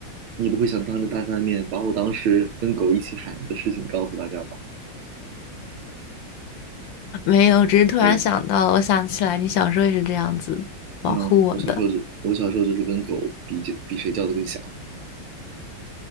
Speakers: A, on the right (about 80°); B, on the left (about 70°).
A: 你不会想当着大家的面把我当时跟狗一起喊的事情告诉大家吧？
B: 没有，只是突然想到了，
A: 可以了，
B: 我想起来你小时候也是这样子保护我的。
A: 那我小时候就我小时候就是跟狗比比谁叫的更响，